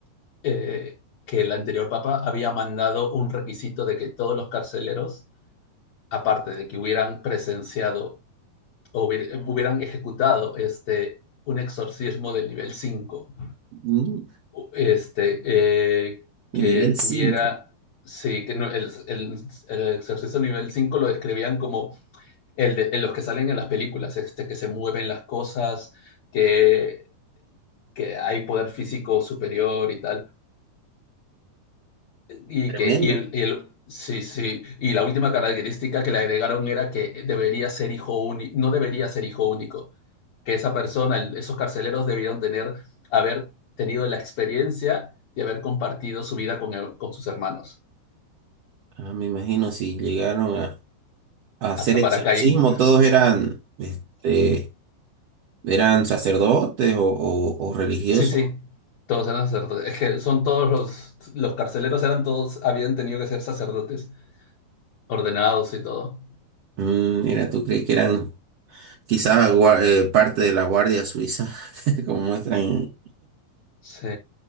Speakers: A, on the left (about 60°); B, on the right (about 70°).
A: eh, que el anterior papa había mandado un requisito de que todos los carceleros, aparte de que hubieran presenciado o hubieran ejecutado este, un exorcismo del nivel 5,
B: mm,
A: este, eh, que
B: nivel 5
A: tuviera Sí, que no, el, el, el, exorcismo nivel 5 lo describían como el de, en los que salen en las películas, este, que se mueven las cosas, que, que hay poder físico superior y tal. Y
B: tremendo.
A: que, y el, y el, sí, sí, y la última característica que le agregaron era que debería ser hijo único, no debería ser hijo único, que esa persona, el- esos carceleros debieron tener, haber tenido la experiencia de haber compartido su vida con, el- con sus hermanos.
B: Ah, me imagino si llegaron a, a hacer
A: Atrapar
B: exorcismo,
A: a Caín.
B: todos
A: <laughs>
B: eran, este, eran sacerdotes o, o- o religiosos.
A: Sí, sí, sí, todos eran sacerdotes. Es que son todos los, los carceleros eran todos, habían tenido que ser sacerdotes, ordenados y todo.
B: Mm, mira, ¿tú crees que eran Quizás gua- eh, parte de la Guardia Suiza, <laughs> como muestran,
A: Sí,